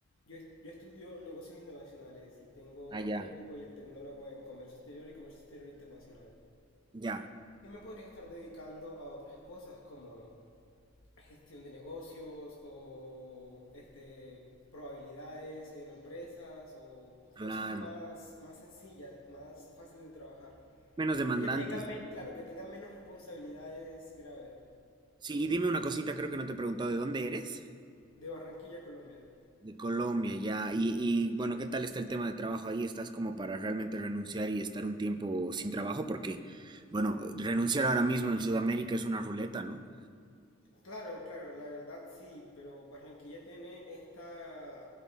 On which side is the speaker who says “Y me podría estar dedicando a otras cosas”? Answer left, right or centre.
Left